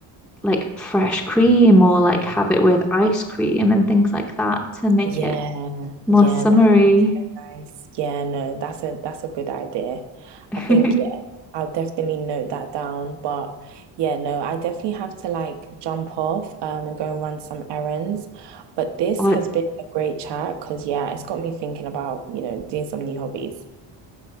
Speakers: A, in the centre; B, on the right (about 70°).
A: like fresh cream or like have it with ice cream and things like that to make
B: Yeah,
A: it more
B: yeah,
A: summery.
B: that would be. Nice. Yeah, no, that's a that's a good idea.
A: <laughs>
B: I think yeah, I'll definitely note that down. But yeah, no, I definitely have to like jump off um and go and run some errands. But this
A: Or
B: has been a great chat because yeah, it's got me thinking about, you know, doing some new hobbies.